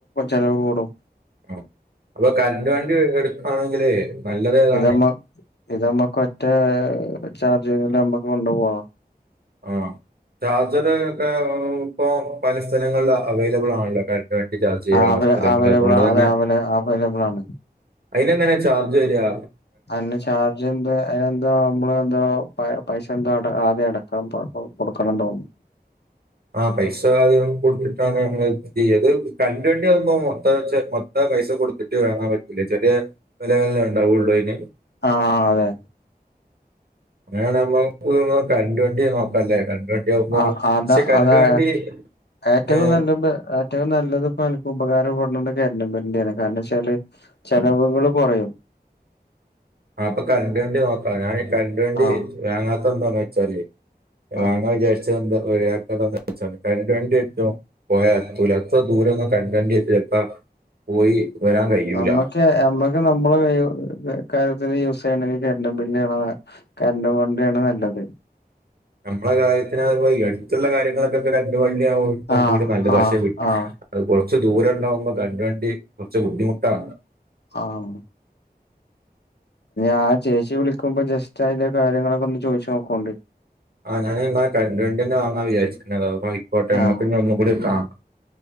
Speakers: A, on the left; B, on the right.
A: ചെലവ് കൂടും
B: ആഹ് അപ്പൊ കറണ്ട് വണ്ടി എടുക്കവാണെങ്കില് നല്ലത് ഏതാണ്
A: ഇതമ്മ ഇതമ്മക്ക് ഒറ്റ ചാർജിങ്ങ്ല് നമ്മക്ക് കൊണ്ടുപോവാ
B: ആഹ് ചാർജർ ഒക്കെ ഇപ്പൊ പല സ്ഥലങ്ങളിൽ അവൈലബിൾ ആണല്ലോ കര വണ്ടി ചാർജ് ചെയ്യാനുള്ള
A: അവ
B: സ്ഥലങ്ങൾ
A: അവൈലബിൾ
B: അതുകൊണ്ട്
A: അത്
B: തന്നെ
A: അവ അവൈലബിൾ ആണ്
B: അയിന് എങ്ങനെ ചാർജ് വരാ
A: അന് ചാർജ് എന്ത് അയിനെന്തോ അമ്മള് എന്തോ പ പൈസ എന്തോ അടെ ആദ്യം അടക്കന കൊടുക്കണം തോന്നുന്നു
B: ആഹ് പൈസ ആദ്യം കൊടുത്തിട്ടാണ് ഞങ്ങൾ ചെയ്യ അത് കരണ്ടുവണ്ടിയാകുമ്പോൾ മൊത്തം വ മൊത്തം പൈസ കൊടുത്തിട്ട് വാങ്ങാൻ പറ്റൂലെ ചെറിയ വെലയല്ലെ ഉണ്ടാവുള്ളൂ അയി ന്
A: ആഹ് അതെ
B: അങ്ങനെആആണൊ നമ്മക്ക് കറണ്ട് വണ്ടി നോക്കാല്ലേ കരണ്ട് വണ്ടി <unintelligible>
A: ആഹ് അത
B: പക്ഷെ കറൻ്റ്
A: അതാ
B: വേണ്ടി
A: ഏറ്റവും
B: ഏ
A: നല്ല ഏറ്റവും നല്ലത് ഇപ്പ അനക്ക് ഉപകാരപ്പെടുന്നുണ്ട് കറൻ്റ് വണ്ടിയാണ് കാരണം ച്ചാല് ചെലവുകൾ കുറയും
B: ആഹ് അപ്പൊ കറണ്ട് വണ്ടി നോക്കാം ഞാൻ ഈ കറൻ്റ് വണ്ടി
A: ആഹ്
B: വാങ്ങാത്ത എന്താന്നന്ന് വെച്ചാല് വാങ്ങ
A: ആഹ്
B: വിചാരിച്ചത് ന്താ <unintelligible> കരണ്ട് വണ്ടി ഏറ്റും പോയാ എത്തൂല എത്ര ദൂരം ഒന്നും കറൻ്റ് വണ്ടി <unintelligible> പോയി വരാൻ കഴിയൂല
A: നമ്മക്ക് നമ്മ നമ്മള <unintelligible> കാര്യത്തിന് യൂസ് ചെയ്യണെങ്കിൽ കറൻ്റ് വണ്ടി ആണ് <unintelligible> കറൻ്റ് വണ്ടി ആണ് നല്ലത്
B: നമ്മളെ കാര്യത്തിന് ഇപ്പോ ഈ അടുത്തുള്ള കാര്യങ്ങളൊക്കെ കരണ്ട് വണ്ടിയാണ് കുറച്ച്
A: ആഹ്
B: കൂടി നല്ലത്
A: ആഹ്
B: പക്ഷേ വിട്ടു
A: ആഹ്
B: അത് കുറച്ച് ദൂരം ഉണ്ടാവുമ്പോ കരണ്ട് വണ്ടി കുറച്ച് ബുദ്ധിമുട്ടാണ്
A: ആഹ് ആഹ് ചേച്ചി വിളിക്കുമ്പോ ജസ്റ്റ് അതിന്റെ കാര്യങ്ങളൊക്കെ ഒന്ന് ചോദിച്ചു നോക്കോണ്ടി
B: ആഹ് ഞാന് എന്നാ കരണ്ട് വണ്ടി തന്നെ വാങ്ങാ വിചാരിച്ചക്കണ് അപ്പയിക്കോട്ടെ നമ്മക്ക്
A: ആഹ്
B: ഒന്നു കൂടി കാണാം